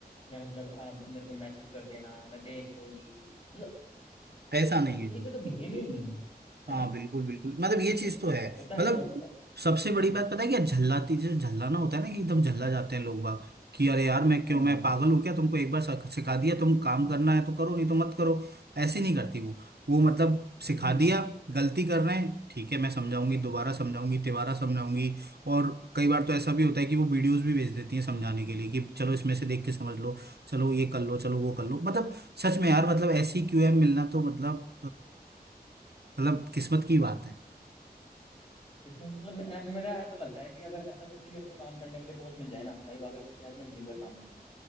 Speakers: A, on the left; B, on the right.
A: या मतलब आप मेरे को मैसेज कर देना मैं देख लूंगी मतलब
B: ऐसा
A: यार
B: नहीं
A: इस
B: है
A: तरीके का बिहेवियर नहीं मेरे को है
B: हाँ
A: ना
B: बिल्कुल बिल्कुल मतलब ये चीज
A: हो-
B: तो है
A: होता है
B: मतलब
A: ना बहुत सारा
B: सबसे बड़ी
A: हम्म।
B: बात पता है क्या झल्लाती जो झल्लाना होता है ना कि एकदम झल्ला जाते हैं लोग बाग कि अरे यार मैं क्यों
A: हाँ
B: मैं
A: हाँ
B: पागल हूँ क्या तुमको एक बार सख- सिखा दिया तुम काम करना है तो करो नहीं तो मत करो ऐसे नहीं करती वो वो मतलब
A: वही
B: सिखा दिया
A: वही
B: गलती कर रहे हैं ठीक है मैं समझाऊंगी दोबारा समझाऊंगी तिबारा समझाऊंगी और कई बार तो ऐसा भी होता है कि वो वीडियोस भी भेज देती हैं समझाने के लिए कि चलो इसमें से देख के समझ लो चलो ये कर लो चलो वो कर लो मतलब सच में यार मतलब ऐसी क्यूएम मिलना तो मतलब मतलब किस्मत की बात है
A: किस्मत मतलब मे- मेरा ऐसा लगता है कि अगर ऐसा व्यक्ति मेरे को काम करने के लिए बॉस मिल जाए ना भाई वाकई उसके साथ मैं जिंदगी भर काम कर लूँ